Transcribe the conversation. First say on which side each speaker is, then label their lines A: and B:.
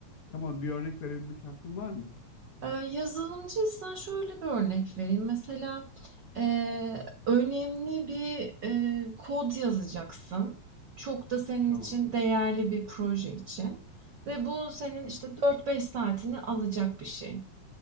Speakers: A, on the left; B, on the right.
A: Tamam bir örnek verebilme şansın var mı?
B: Eee, yazılımcıysan şöyle bir örnek vereyim. Mesela eee, önemli bir eee, kod yazacaksın. Çok da senin
A: Tamam.
B: için değerli bir proje için. Ve bu senin
A: Tabii.
B: işte 4-5 saatini alacak bir şey.